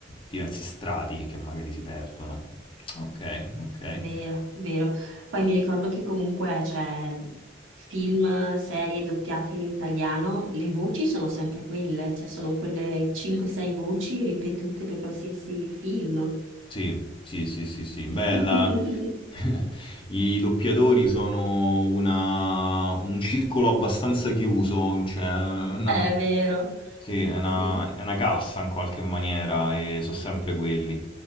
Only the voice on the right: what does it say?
Vero, vero. Poi mi ricordo che comunque c'è film, serie doppiate in italiano, le voci sono sempre quelle, cioè sono quelle 5-6 voci ripetute per qualsiasi film.
<laughs>
È vero,
sì.